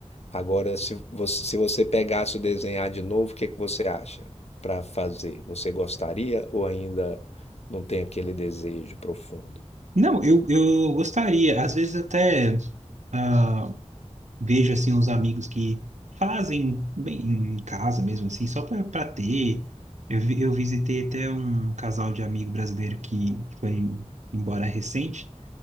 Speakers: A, on the left; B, on the right.
A: Agora, se você, se você pegasse o desenhar de novo, o que que você acha para fazer? Você gostaria ou ainda não tem aquele desejo profundo?
B: Não, eu, eu gostaria. Às vezes até ah, vejo assim uns amigos que fazem bem em casa mesmo assim, só para ter. Eu, vi- eu visitei até um casal de amigo brasileiro que foi embora recente.